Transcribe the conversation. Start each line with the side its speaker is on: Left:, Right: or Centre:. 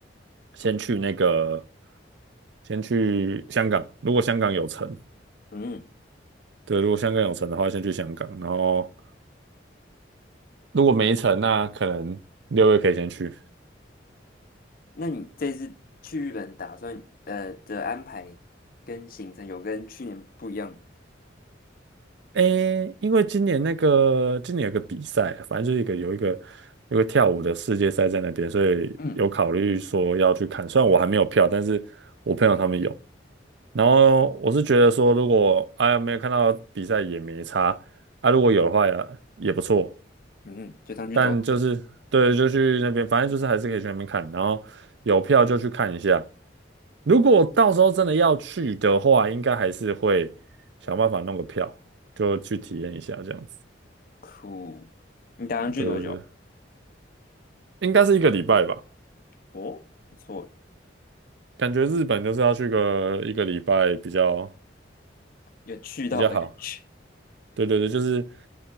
Right: 先去那个先去香港，如果香港有城，
Left: 嗯，
Right: 对，如果香港有城的话，先去香港，然后如果没城，那可能六月可以先去。
Left: 那你这次去日本打算呃的安排跟行程有跟去年不一样吗？
Right: 诶，因为今年那个今年有个比赛，反正就是一个有一个有个跳舞的世界赛在那边，所以有考虑说要去看。
Left: 嗯
Right: 虽然我还没有票，但是我朋友他们有。然后我是觉得说，如果哎呀没有看到比赛也没差，啊如果有的话也也不错。
Left: 嗯，就当去走走
Right: 但就是对，就去那边，反正就是还是可以去那边看，然后有票就去看一下。如果到时候真的要去的话，应该还是会想办法弄个票，就去体验一下这样子。
Left: 酷。你打算去多久？
Right: 对对对，应该是一个礼拜吧，
Left: 哦，不错，
Right: 感觉日本就是要去个一个礼拜比较
Left: 有去到的感觉。
Right: 比较好。对对对，就是